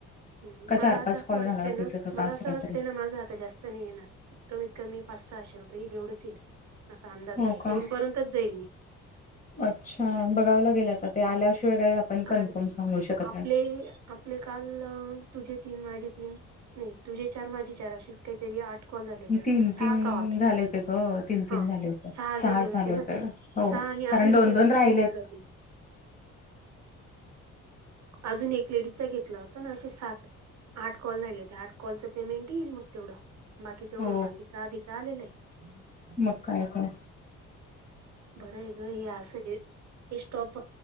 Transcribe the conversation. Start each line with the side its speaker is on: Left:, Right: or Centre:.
Right: हम्
Left: का
Right: मला आता असं
Left: कॉल
Right: वाटतंय
Left: झाल्यावर
Right: ना
Left: दिसत होता
Right: मला असं
Left: काहीतरी.
Right: वाटतंय ना माझं आता जास्त नाही येणार कमीत कमी पाच सहाशे रुपये तेवढंच येईल, असा अंदाज
Left: हो
Right: आहे,
Left: का?
Right: दोन पर्यंतच जाईल मी.
Left: अच्छा, बघाव लागेल
Right: असं
Left: आता ते आल्याशिवाय काय आपण
Right: कारण
Left: कन्फर्म सांगू शकत
Right: आपले
Left: नाही.
Right: आपले काल, तुझे तीन माझे तीन नाही, तुझे चार माझे चार असेच काहीतरी आठ कॉल झाले होते
Left: तीन
Right: वाटत, सहा
Left: तीन
Right: का आठ
Left: झाले होते ग तीन तीन
Right: हा,
Left: झाले होते
Right: सहा झाले
Left: सहाच
Right: होते ना.
Left: हो
Right: सहा आणि अजून
Left: कारण दोन
Right: एका
Left: दोन
Right: लेडीजचा
Left: राहिलेत
Right: घेतला. अजून एक लेडीजचा घेतला होता. तर ना असे सात, आठ कॉल राहिले होते, आठ कॉलचं पेमेंट येईल मग तेवढं. बाकी तेवढंच,
Left: हो
Right: बाकीचा आधीच आलेलं आहे.
Left: मग काय का
Right: बरं आहे ग हे असं आहेत, हे स्टॉप